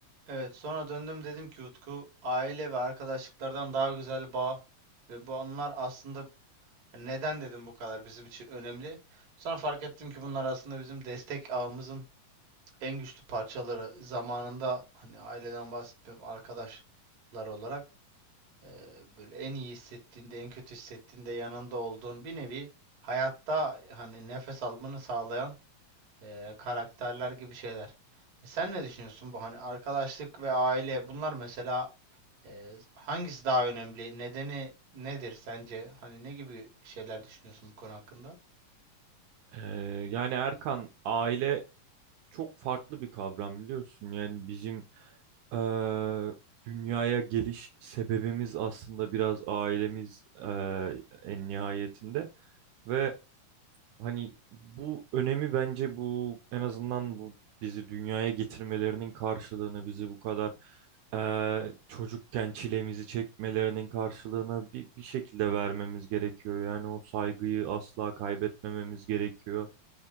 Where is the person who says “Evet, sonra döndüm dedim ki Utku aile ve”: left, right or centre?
Right